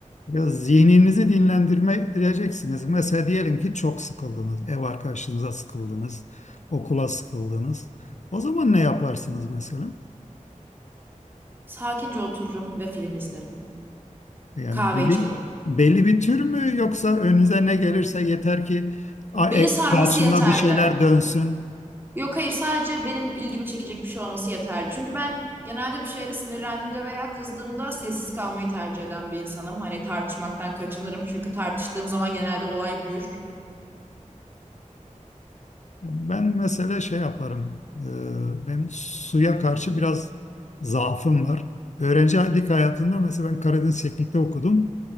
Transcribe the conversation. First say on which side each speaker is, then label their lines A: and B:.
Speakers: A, on the left (about 60°); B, on the right (about 15°).
A: Ya zihninizi dinlendireceksiniz. Mesela diyelim ki çok sıkıldınız, ev arkadaşınıza sıkıldınız, okula sıkıldınız. O zaman ne yaparsınız mesela?
B: Sakince otururum ve film izlerim.
A: Yani
B: Kahve
A: belli,
B: içerim.
A: belli bir tür mü yoksa önünüze ne gelirse yeter ki a-
B: Beni
A: e,
B: sarması
A: karşında
B: yeterli.
A: bir şeyler dönsün.
B: Yok hayır sadece benim ilgimi çekecek bir şey olması yeterli. Çünkü ben genelde bir şeylere sinirlendiğimde veya kızdığımda sessiz kalmayı tercih eden bir insanım. Hani tartışmaktan kaçınırım. Çünkü tartıştığım zaman genelde olay büyür.
A: Ben mesela şey yaparım. e, Benim suya karşı biraz zaafım var. Öğrencilik hayatında mesela ben Karadeniz Teknik'te okudum.